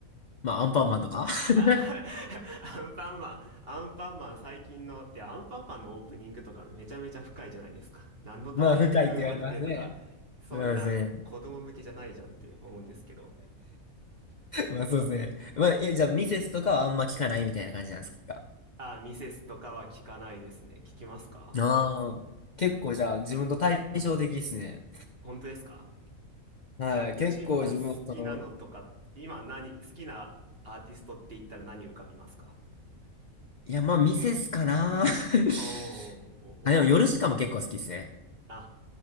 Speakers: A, on the left; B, on the right.
A: まあ、アンパンマンとか <laughs>
B: あ <laughs> アンパンマン、アンパンマン最近の、ってアンパンマンのオープニングとかめちゃめちゃ深いじゃないですか。何のために生まれてとか、
A: まあ、深いって言われてますね。
B: そんなん子供向けじゃないじゃんって思うんですけど。
A: すいません。<laughs> まあ、そうですね。まあ、え、じゃあ、ミセスとかはあんま聞かないみたいな感じなんですか
B: あ、ミセスとかは聞かないですね。聞きますか
A: ああ、結構じゃあ自分と対照的ですね。
B: 本当ですか
A: はい、
B: あ、一番好きなのとか、
A: 結構自分はその、
B: 今何、好きなアーティストって言ったら何浮かびますか
A: いや、まあ、ミセスかな。<laughs>
B: おーおーおー。
A: あ、でも、ヨルシカも結構好きですね。
B: あ